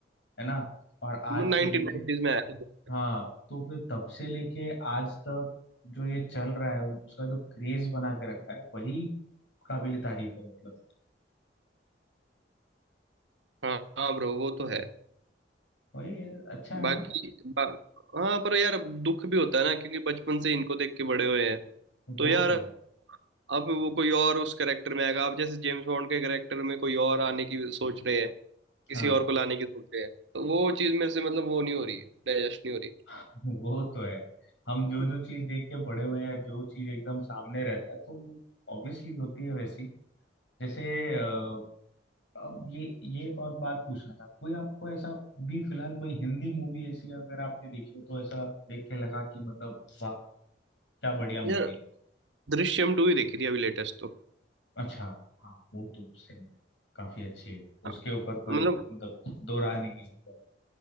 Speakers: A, on the left; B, on the right.
A: है ना और आज
B: नाइनटीन
A: से लेके
B: नाइनटीज में आया था
A: हाँ तो फिर तब से लेके आज तक जो ये चल रहा है उसका जो क्रेज बना के रखा है वही काबिल तारीफ है मतलब
B: हाँ हाँ ब्रो वो तो है
A: वही है अच्छा है
B: बाकी बा, हाँ पर यार अब दुख भी होता है ना क्योंकि बचपन से इनको देख के बड़े हुए हैं तो
A: वो
B: यार
A: तो है
B: अब वो कोई और उस करेक्टर में आएगा अब जैसे जेम्स बॉन्ड के करेक्टर में कोई और आने की सोच रहे हैं किसी
A: हाँ
B: और को लाने की सोच रहे हैं तो वो चीज मेरे से मतलब वो नहीं हो रही है डाइजेस्ट नहीं हो
A: <laughs> वो तो है हम जो
B: रही
A: जो चीज देख के बड़े हुए हैं जो चीज एकदम सामने रहता है तो वो ऑब्वियसली होती है वैसी जैसे अ, अब ये ये एक और बात पूछना था कोई आपको ऐसा भी फिलहाल कोई हिंदी मूवी ऐसी अगर आपने देखी हो तो ऐसा देख के लगा कि मतलब वाह क्या बढ़िया मूवी
B: यार दृश्यम टू ही देखी थी अभी लेटेस्ट तो
A: अच्छा हाँ वो तो सही है काफी अच्छी है
B: हाँ
A: उसके ऊपर कोई
B: मतलब
A: मतलब दो राह नहीं है एकदम